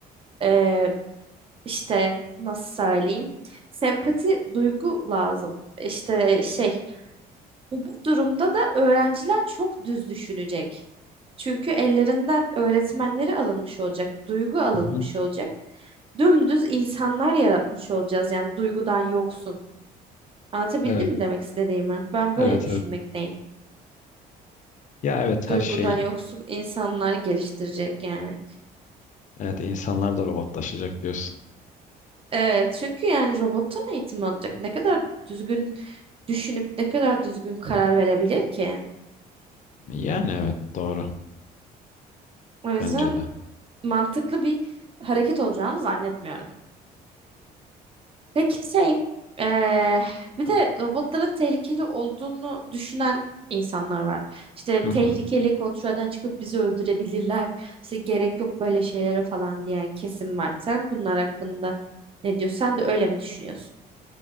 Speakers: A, on the right (about 35°); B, on the left (about 50°).
A: e, işte nasıl söyleyeyim sempati duygu lazım. İşte şey Öbür durumda da öğrenciler çok düz düşünecek. Çünkü ellerinden öğretmenleri alınmış olacak, duygu alınmış
B: Hı hı.
A: olacak. Dümdüz insanlar yaratmış olacağız yani duygudan yoksun. Anlatabildim
B: Evet,
A: mi demek istediğimi? Ben
B: evet,
A: böyle düşünmekteyim.
B: evet. Ya evet
A: Duygudan
B: her şey,
A: yoksun insanlar geliştirecek yani.
B: evet insanlar da robotlaşacak diyorsun.
A: Evet, çünkü yani robotun eğitim alacak. Ne kadar düzgün düşünüp ne kadar düzgün karar verebilir ki?
B: Yani evet doğru
A: O yüzden
B: bence de.
A: mantıklı bir hareket olacağını zannetmiyorum. Peki şey, eee, bir de robotların tehlikeli olduğunu düşünen insanlar var. İşte
B: Hı
A: tehlikeli
B: hı.
A: kontrolden çıkıp bizi öldürebilirler. İşte gerek yok böyle şeylere falan diyen kesim var. Sen bunlar hakkında ne diyorsun? Sen de öyle mi düşünüyorsun?